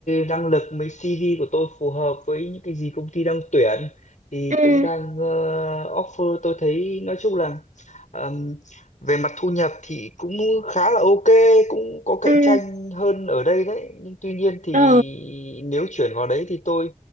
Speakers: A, on the left (about 75°); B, on the right (about 80°).
A: năng lực với CV của tôi phù hợp với những cái gì công ty đang tuyển thì
B: ừ
A: cũng đang ờ, offer tôi thấy nói chung là ờm, về mặt thu nhập thì cũng khá là ok cũng có cạnh
B: ừ
A: tranh hơn ở đây đấy nhưng tuy nhiên thì
B: ờ
A: nếu chuyển vào đấy thì tôi